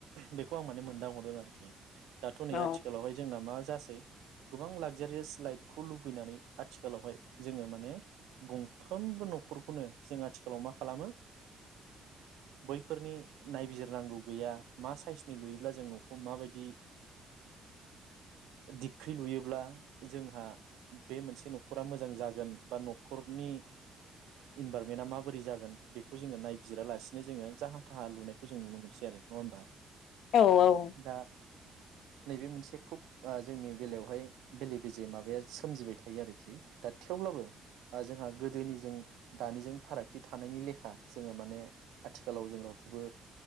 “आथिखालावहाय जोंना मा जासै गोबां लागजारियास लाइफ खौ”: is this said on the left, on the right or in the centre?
Right